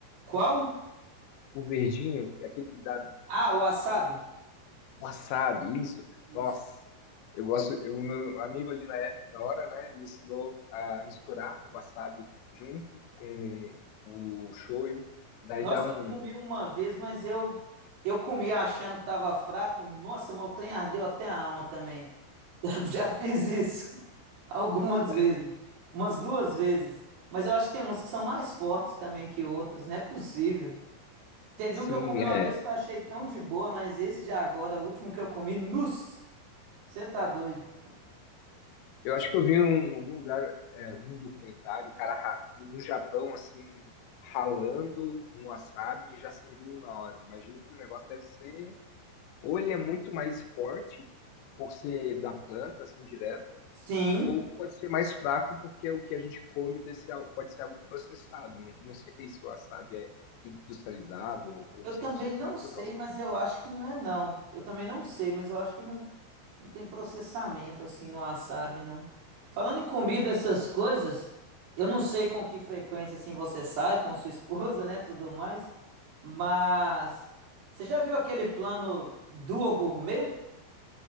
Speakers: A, on the right (about 65°); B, on the left (about 85°).
A: Qual?
B: o verdinho, aquele que dá
A: Ah, o wasabi.
B: Wasabi, isso.
A: Isso.
B: Nossa, eu gosto. eu- O meu amigo ali na, época, na hora, né, me ensinou a misturar wasabi junto com o shoyu. Daí
A: Nossa,
B: dá um.
A: eu comi uma vez, mas eu eu comi achando que tava fraco. Nossa, mas o trem ardeu até a alma também. <laughs> Já, já fiz isso. Algumas vezes.
B: é,
A: Umas duas vezes. Mas eu acho que tem uns que são mais fortes também que outros, não é possível. Teve
B: sim,
A: um que eu comi uma
B: é.
A: vez que eu achei tão de boa, mas esse de agora, o último que eu comi, nossa, você tá doido?
B: Eu acho que eu vi em algum lugar, é, algum documentário, o cara ra- no Japão, assim, ralando um wasabi e já servindo na hora. Imagino que o negócio deve ser. Ou ele é muito mais forte, por ser da planta, assim, direto.
A: Sim.
B: Ou pode ser mais fraco, porque o que a gente come desse, pode ser algo processado. Não, não sei se o wasabi é industrializado ou, ou
A: Eu
B: 100%
A: também não
B: natural.
A: sei,
B: sabe?
A: mas eu acho que não é não. Eu também não sei, mas eu acho que não. Não tem processamento assim no wasabi, não. Falando em comida, essas coisas, eu não sei com que frequência assim você sai com sua esposa, <laughs> né, tudo mais, mas você já viu aquele plano Duo Gourmet?